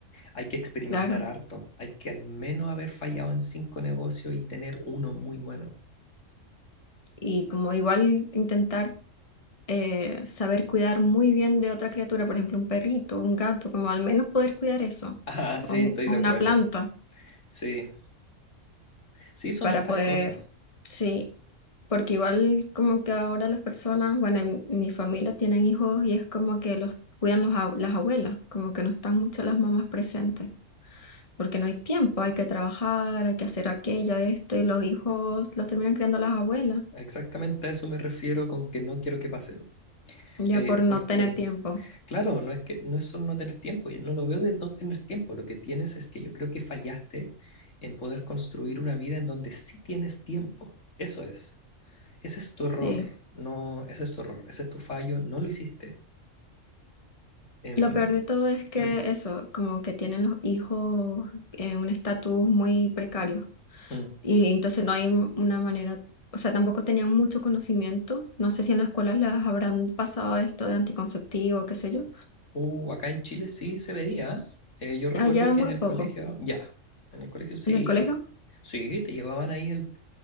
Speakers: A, on the left (about 70°); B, on the left (about 25°).
A: hay que experimentar
B: claro.
A: harto. Hay que al menos haber fallado en cinco negocios y tener uno muy bueno. <laughs>
B: Y como igual intentar eh, saber cuidar muy bien de otra criatura, por ejemplo, un perrito, un gato, como al menos poder cuidar eso,
A: Ah, sí,
B: o, un-
A: estoy
B: o
A: de
B: una
A: acuerdo.
B: planta
A: Sí, sí, son
B: para
A: hartas
B: poder,
A: cosas.
B: sí, porque igual como que ahora las personas, bueno, en mi familia tienen hijos y es como que los cuidan los ab- las abuelas, como que no están mucho las mamás presentes. Porque no hay tiempo, hay que trabajar, hay que hacer aquello, esto, y los hijos los terminan criando las abuelas,
A: Exactamente a eso me refiero con que no quiero que pase.
B: ya
A: Eh,
B: por no
A: porque,
B: tener tiempo.
A: claro, no es que no es solo no tener tiempo. Yo no lo veo de no tener tiempo. Lo que tienes es que yo creo que fallaste en poder construir una vida en donde sí tienes tiempo. Eso es. Ese es tu
B: Sí.
A: error. No, ese es tu error. Ese es tu fallo. No lo hiciste. Em,
B: Lo peor de todo es que
A: mm,
B: eso, como que tienen los hijos en un estatus muy precario
A: mm.
B: y entonces no hay un- una manera, o sea, tampoco tenían mucho conocimiento. No sé si en las escuelas les habrán pasado esto de anticonceptivo, qué sé yo.
A: Uh, acá en Chile sí se veía. ¿eh? Eh, yo recuerdo
B: Allá
A: que
B: muy
A: en el
B: poco.
A: colegio, ya, en el colegio sí,
B: En el colegio
A: sí, te llevaban ahí el,